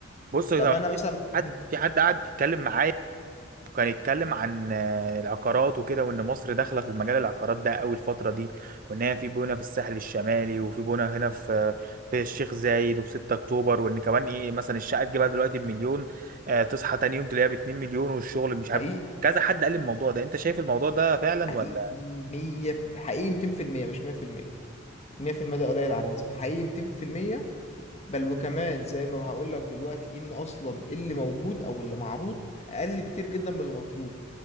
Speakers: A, on the right; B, on the left.
A: بص طبعا
B: طب انا مثلا
A: حد
B: <laughs> مم،
A: في حد قاعد يتكلم معايا كان يتكلم عن آه، العقارات وكده وان مصر داخله في المجال العقارات ده قوي الفتره دي وان هي في بونه في الساحل الشمالي وفي بونه هنا في في الشيخ زايد وفي 6 اكتوبر وان كمان ايه مثلا الشقه تجيبها دلوقتي بمليون آه، تصحى تاني يوم تلاقيها ب 2 مليون والشغل مش عارف
B: حقيقي
A: كذا حد قال الموضوع ده انت شايف الموضوع ده فعلا
B: حقيقي
A: ولا
B: 100 في- حقيقي 200% مش 100% 100% ده قليل على النسبة حقيقي 200% بل وكمان زي ما هقول لك دلوقتي ان اصلا اللي موجود او اللي معروض اقل بكتير جدا من اللي مطلوب